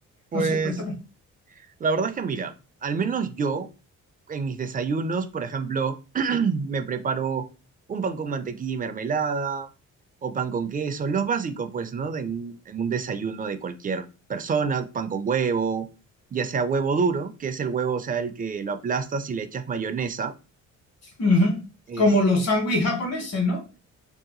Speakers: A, on the right (about 30°); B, on the left (about 55°).
A: Pues
B: No sé, cuéntame.
A: La verdad es que mira, al menos yo en mis desayunos, por ejemplo, <clears throat> me preparo un pan con mantequilla y mermelada o pan con queso, los básicos, pues, ¿no? De un- en un desayuno de cualquier persona, pan con huevo, ya sea huevo duro, que es el huevo, o sea, el que lo aplastas y le echas mayonesa,
B: Ujú.
A: este,
B: Como los sándwiches japoneses, ¿no?